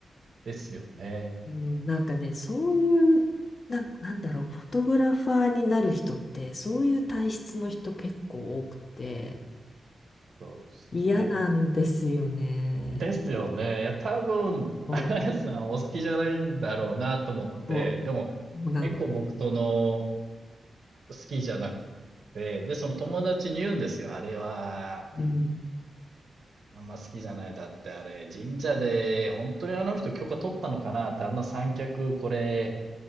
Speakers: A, on the right; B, on the left.
A: ですよね。
B: うん、なんかね、そういう、なん、なんだろう、フォトグラファーになる人って、そういう体質の人結構多くて、
A: そうですね。
B: 嫌なんですよね。
A: ですよね。いや、多分、
B: こう、
A: あやさんお好きじゃないんだろうなと思って、
B: こう、
A: でも、
B: そうなの。
A: 結構僕との好きじゃなくて、で、その友達に言うんですよ。あれは、
B: うん。
A: あんま好きじゃない。だってあれ、神社で、本当にあの人許可取ったのかなって、あんな三脚これ